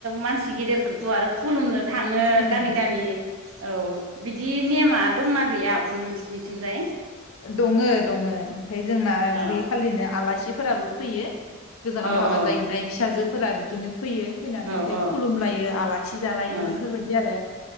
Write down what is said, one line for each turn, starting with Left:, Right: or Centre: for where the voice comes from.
Right: मानसि गिदिरफोरखौ आरो खुलुमनो थाङो
Left: खुलुमनाय
Right: गामि गामि औ बिदि नेमा दंना गैया आब' नोंसिनिथिंजाय
Left: दङो दङो ओमफ्राय जोंना
Right: अ
Left: बे खालिनो आलासि फोराबो फैयो गोजानाव
Right: औ
Left: हाबा
Right: औ
Left: जाहैनाय फिसाजो फोरा बिदिनो फैयो फैनानै
Right: औ
Left: ओमफाय
Right: औ
Left: खुलुमलायो आलासि जालायो
Right: औ
Left: बेफोरबायदि आरो